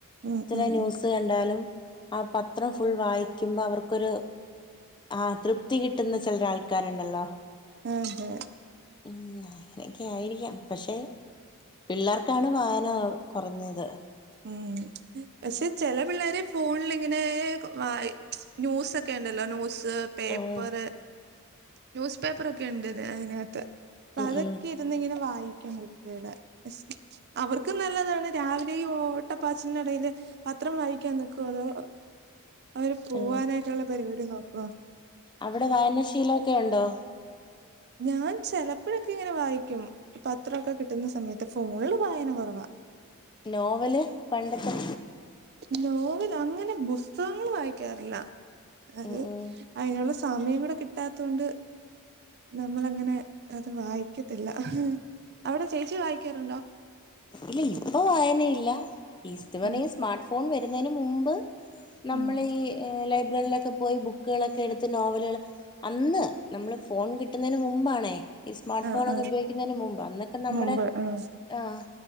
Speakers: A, on the right; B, on the left.
A: ഉം
B: ത്ര
A: ഉം
B: ന്യൂസ്
A: ഉം
B: കണ്ടാലും ആ പത്രം ഫുൾ വായിക്കുമ്പ അവർക്കൊരു.. ആഹ്‌ തൃപ്തി കിട്ടുന്ന ചിലരാൾക്കാരുണ്ടല്ലോ..
A: ഉം ഹെ..
B: ഉം അങ്ങനൊക്കെ ആയിരിക്കാം പക്ഷെ.. പിള്ളാർക്കാണ് വായന കൊറഞ്ഞത്..
A: ഉം പക്ഷെ ചെല പിള്ളേര് ഫോണിലിങ്ങനെ വായി.. ന്യൂസൊക്കെ ഉണ്ടല്ലോ ന്യൂസ്.. പേപ്പറ്
B: ഉം
A: ന്യൂസ് പേപ്പറൊക്കെ ഉണ്ട് അതിനകത്ത് പ്പതൊക്കെ..
B: ഉം ഉം
A: ന്നിങ്ങനെ വായിക്കും കുട്ടിയുടെ അവർക്കും നല്ലതാണ് രാവിലെയി ഓ.. ഓട്ടപ്പാച്ചിലിന്റെടയില് പത്രം വായിക്കാൻ നിക്കുവതോ.. അവര് പോവാനായിട്ടുള്ള
B: ആ
A: പരിപാടി നോക്കോ..
B: അവിടെ വായനാശീലഒക്കെ ഉണ്ടോ..
A: ഞാൻ ചെലപ്പഴൊക്കെ ഇങ്ങനെ വായിക്കും പത്രമൊക്കെ കിട്ടുന്ന സമയത്ത് ഫോണില് വായന കൊറവാ..
B: നോവല് പണ്ടത്തെ..
A: നോവൽ അങ്ങനെ പുസ്തകങ്ങൾ വായിക്കാറില്ല അത്..
B: ഉം ഉം
A: അയ്നുള്ള സമയം കൂടെ കിട്ടാത്തോണ്ട്.. നമ്മള അങ്ങനെ അത് വായിക്കത്തില്ല അവിടെ ചേച്ചി വായിക്കാറുണ്ടോ..
B: ഇല്ല ഇപ്പൊ വായനയില്ല ഈ ഇസ്തുമന
A: ഉം
B: സ്മാർട്ട് ഫോൺ വരുന്നതിന് മുമ്പ്.. നമ്മൾ
A: ഉം
B: ഈ ലൈബ്രറിയിലൊക്കെ പോയി ബുക്കുകളൊക്കെ എടുത്ത് നോവലുകൾ.. അന്ന് നമ്മള് ഫോൺ കിട്ടുന്നതിന് മുമ്പാണേ.. ഈ സ്മാർട്ട്
A: ആഹ്
B: ഫോൺക്കെ
A: ആഹ്
B: ഉപയോഗിക്കുന്നതിന് മുമ്പ് അന്നൊക്കെ നമ്മുടെ
A: മുമ്പ് ആഹ്
B: ആഹ..